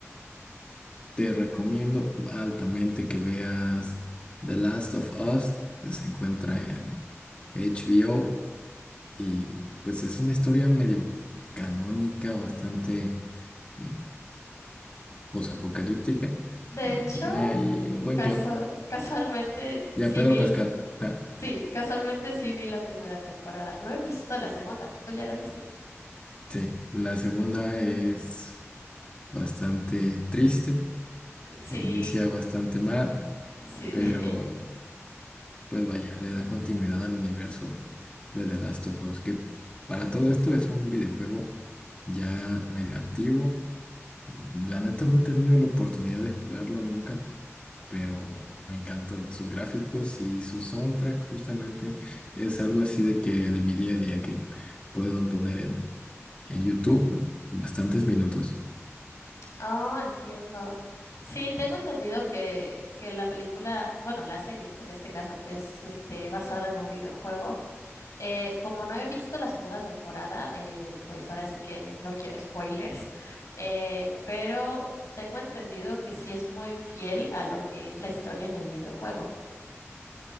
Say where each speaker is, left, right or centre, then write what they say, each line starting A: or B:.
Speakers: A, on the left; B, on the left.
A: Te recomiendo altamente que veas The Last of Us, que se encuentra en HBO y pues es una historia medio canónica, bastante eh, posapocalíptica,
B: De
A: pero
B: hecho,
A: tiene ahí un buen
B: casu-
A: guión.
B: casualmente
A: Ya
B: sí
A: Pedro
B: vi,
A: Pascal. ah,
B: sí, casualmente sí vi la primera temporada. No he visto la segunda. ¿Tú ya la viste?
A: sí, la segunda es bastante triste,
B: Sí,
A: inicia bastante mal,
B: sí.
A: pero
B: <laughs>
A: pues vaya, le da continuidad al universo de The Last of Us, que para todo esto es un videojuego ya medio antiguo. La neta no he tenido la oportunidad de jugarlo nunca, pero me encantan sus gráficos y su soundtrack justamente es algo así de que de mi día a día que puedo poner en, en YouTube bastantes minutos.
B: Oh, entiendo. Sí, tengo entendido que, que la película, bueno, la serie en este caso es este, basada en un videojuego. Eh, como no he visto la segunda temporada, eh, pues ahora sí que no quiero spoilers, eh, pero tengo entendido que sí es muy fiel a lo que es la historia en el videojuego.